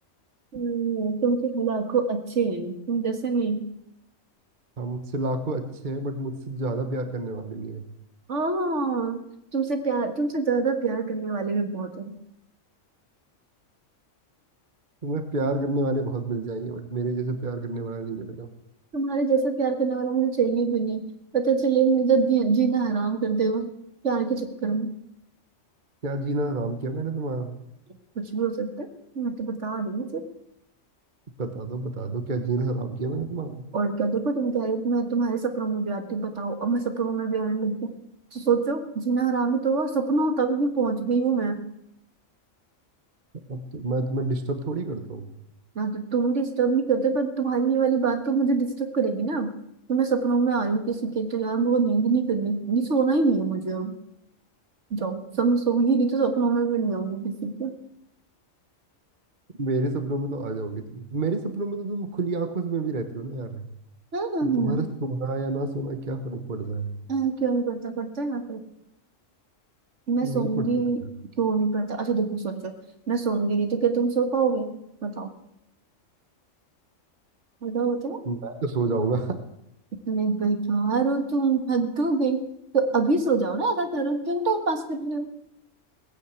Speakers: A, on the right; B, on the right.
A: हम्म, तुमसे लाखों अच्छे हैं तुम जैसे नहीं
B: हम मुझसे लाखों अच्छे हैं बट मुझसे ज्यादा प्यार करने वाले भी हैं
A: हाँ तुमसे प्यार तुमसे ज्यादा प्यार करने वाले भी बहुत हैं
B: तुम्हें प्यार करने वाले बहुत मिल जाएंगे बट मेरे जैसे प्यार करने वाला नहीं मिलेगा
A: तुम्हारे जैसा प्यार करने वाला मुझे चाहिए भी नहीं पता चले मुझे जी- जीना हराम कर दे वो प्यार के चक्कर में
B: क्या जीना हराम किया मैंने तुम्हारा
A: कुछ भी हो सकता है मैं तो बता रही हूँ
B: बता दो बता दो क्या जीना हराम किया मैंने तुम्हारा
A: और क्या देखो तुम कह रहे हो कि मैं तुम्हारे सपनों में भी आती हूँ बताओ अब मैं सपनों में भी आने लगी हूँ तो सोचो जीना हरामी तो वो सपनों तक भी पहुंच गई हूँ मैं
B: अब तो मैं तुम्हें डिस्टर्ब थोड़ी करता हूँ
A: ना तो तुम डिस्टर्ब नहीं करते पर तुम्हारी ये वाली बात तो मुझे डिस्टर्ब करेगी ना तो मैं सपनों में आ रही हूँ किसी के तो यार मुझे नींद नहीं करनी नहीं सोना ही नहीं है मुझे अब जाओ सब मैं सोऊंगी नहीं तो सपनों में भी नहीं आऊंगी किसी के
B: मेरे सपनों में तो आ जाओगी तुम मेरे सपनों में तो तुम खुली आंखों से मैं भी रहती हो ना यार
A: हाँ, हाँ,
B: तो
A: हाँ,
B: तुम्हारा सोना या ना सोना क्या फर्क पड़ता है
A: हाँ, क्यों नहीं पड़ता पड़ता है ना पर मैं
B: नहीं
A: सोऊंगी
B: पड़ता
A: क्यों नहीं पड़ता अच्छा देखो सोचो मैं सोऊंगी नहीं तो क्या तुम सो पाओगे बताओ बताओ बताओ
B: मैं तो सो जाऊंगा
A: इतने बेकार हो तुम हद हो गई तो अभी सो जाओ ना ऐसा करो क्यों टाइम पास कर रहे हो